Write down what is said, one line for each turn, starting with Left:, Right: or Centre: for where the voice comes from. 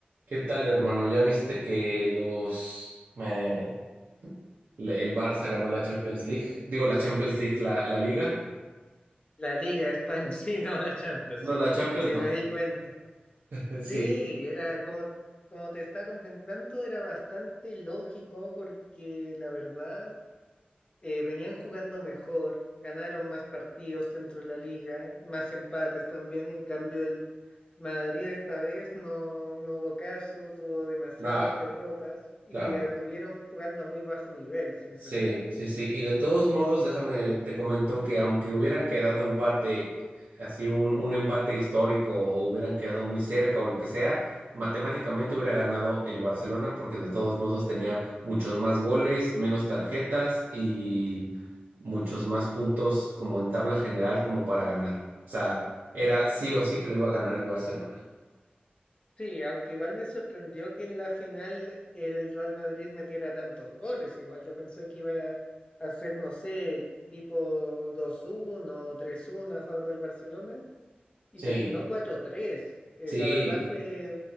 Right: ¿Qué tal, hermano? ¿Ya viste que los eh, le- el Barça ganó la Champions League? Digo, la Champions League, la, la Liga.
Left: La Liga de España, <laughs> sí, no, la Champions, sí,
Right: No, la Champions
Left: sí
Right: no.
Left: me di cuenta.
Right: <laughs>
Left: Sí,
Right: Sí,
Left: era como, como te estaba comentando, era bastante lógico porque la verdad eh, venían jugando mejor, ganaron más partidos dentro de la liga, más empates también, en cambio el Madrid esta vez no, no hubo caso, tuvo demasiadas
Right: no,
Left: derrotas y
Right: claro.
Left: anduvieron jugando a muy bajo nivel, sinceramente.
Right: Sí, sí, sí. Y de todos modos, déjame, te comento que aunque hubieran quedado empate, así un, un empate histórico, o hubieran quedado muy cerca o lo que sea, matemáticamente hubiera ganado el Barcelona porque de todos modos tenía muchos más goles, menos tarjetas y muchos más puntos como en tabla general como para ganar. O sea, era sí o sí que lo iba a ganar el Barcelona.
Left: Sí, aunque igual me sorprendió que en la final el Real Madrid metiera tantos goles. Igual yo pensé que iba a hacer, no sé, tipo dos uno, tres uno a favor del Barcelona y
Right: Sí,
Left: terminó cuatro tres. Eh,
Right: sí.
Left: la verdad fue,